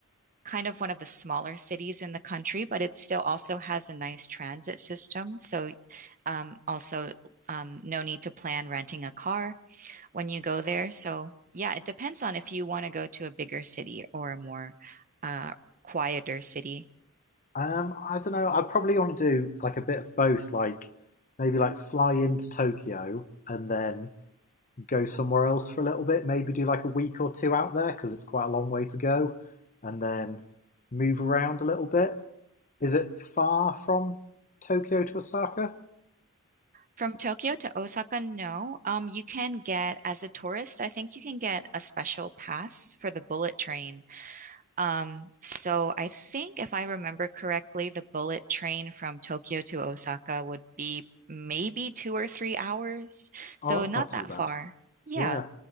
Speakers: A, on the right (about 35°); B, on the left (about 35°).
A: kind of one of the smaller cities in the country, but it still also has a nice transit system. So um, also um, no need to plan renting a car when you go there. So, yeah, it depends on if you want to go to a bigger city or a more uh, quieter city.
B: um, I don't know. i probably want to do like a bit of both, like maybe like fly into Tokyo and then go somewhere else for a little bit. Maybe do like a week or two out there because it's quite a long way to go, and then move around a little bit. Is it far from Tokyo to Osaka?
A: From Tokyo to Osaka, no. Um, you can get, as a tourist, I think you can get a special pass for the bullet train. Um, so I think if I remember correctly, the bullet train from Tokyo to Osaka would be maybe two or three hours. So
B: Oh, that's
A: not
B: not too
A: that
B: bad.
A: far. Yeah.
B: Yeah,